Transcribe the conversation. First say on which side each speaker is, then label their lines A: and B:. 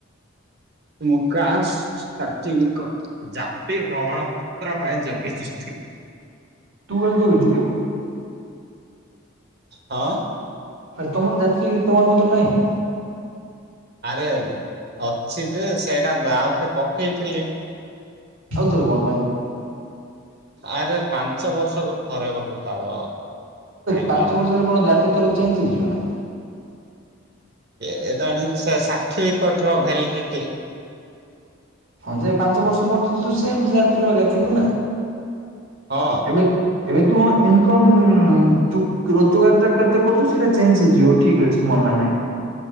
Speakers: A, on the right; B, on the right.
A: ମୁ କାଷ୍ଟ୍ ସାଠିପିକେଟ୍ ଜାତି ପ୍ରମାଣପତ୍ର ପାଇଁ ଯୋଗ୍ୟ। <unintelligible>
B: ତୁ ହେଲେ ଜଗିଛୁ କି?
A: ହଁ।
B: ଆ ତମର ଯାତ୍ରୀ ପ୍ରମାଣପତ୍ର ନାହିଁ?
A: ଆରେ ଅଛି ଯେ ସେଟା ଆଉଥରେ ପକେଇଥିଲି।
B: ଆଉଥରେ କଣ ପାଇଁ?
A: ଆରେ ପାଞ୍ଚ ବର୍ଷକ ଥରେ ବୋଧେ ତାର ଟାଇମ
B: ପାଞ୍ଚ
A: ଲାଇନ୍।
B: ବର୍ଷରେ କଣ ଜାତି ତର ଚେଞ୍ଜ ହେଇଯିବ ନା?
A: କେଜାଣି ସାଠିପିକେଟ୍ ର ଭେଲିଡିଟି।
B: ହଁ ଯେ ପାଞ୍ଚ ବର୍ଷ ପର୍ ତୁ ତ ସେମ ଜାତି ଏକା ଥିବୁ ନା।
A: ହଁ।
B: ଏବେ ଏବେ ତୁ ଇନକମ୍ ଉମ୍ ତୁ ରୋଜଗାର ଟା କେତେ କରୁଛୁ ସେଇଟା ଚେଞ୍ଜ ହେଇଯିବ ଠିକ ଅଛି। ମନା ନାହିଁ।